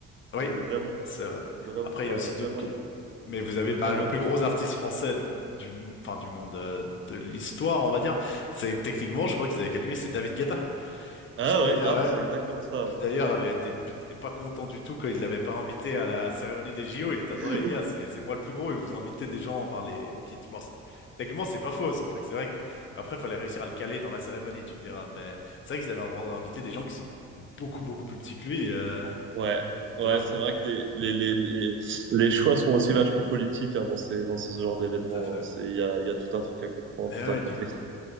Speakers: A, on the left (about 40°); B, on the right (about 40°).
A: Oui,
B: c'est vraiment,
A: c'est vrai.
B: vraiment,
A: Après, il y
B: euh,
A: a aussi
B: vraiment,
A: d'autres. qui- Mais vous avez
B: et
A: bah,
B: vraiment.
A: le plus gros artiste français du enfin du monde euh, de l'histoire, on va dire. C'est techniquement, je crois qu'ils avaient calculé, c'est David Guetta,
B: Ah
A: qui d'ailleurs,
B: ouais, grave,
A: ouais,
B: c'est exactement ça.
A: qui d'ailleurs avait été, qui était pas content du tout quand il l'avait pas invité à la cérémonie des JO. Il était, attendez,
B: <laughs>
A: les gars, c'est, c'est moi le plus gros et vous invitez des gens, enfin, les, qui, bon, c'est- techniquement, c'est pas faux, son truc. C'est vrai que, mais après, fallait réussir à le caler dans la cérémonie, tu me diras. Mais c'est vrai qu'ils avaient inv- invité des gens qui sont beaucoup, beaucoup plus petits que lui, euh,
B: Ouais, ouais,
A: de la France.
B: c'est vrai que les, les, les, les, les choix sont aussi vachement politiques hein, dans ces, dans ce genre d'événements.
A: Tout à fait.
B: hein. C'est, il y a, il y a tout un truc à comprendre,
A: Mais ouais,
B: tout un contexte.
A: du coup.